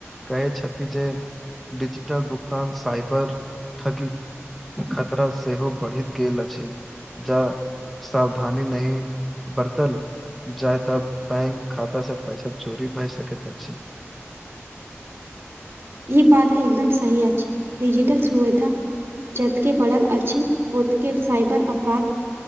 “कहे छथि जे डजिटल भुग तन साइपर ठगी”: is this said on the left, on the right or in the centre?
Centre